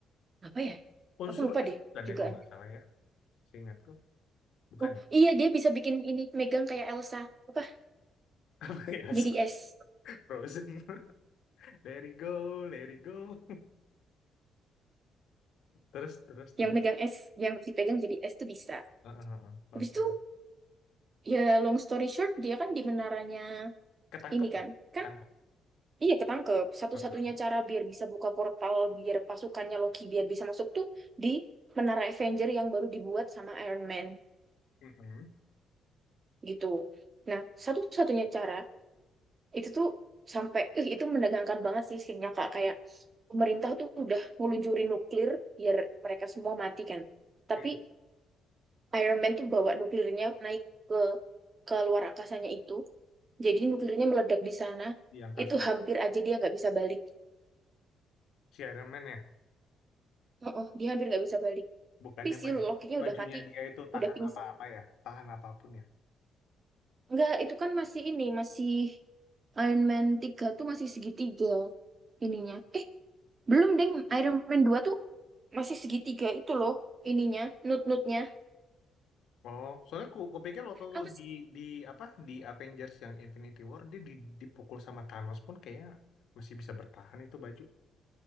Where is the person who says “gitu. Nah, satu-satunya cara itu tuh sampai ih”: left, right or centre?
Right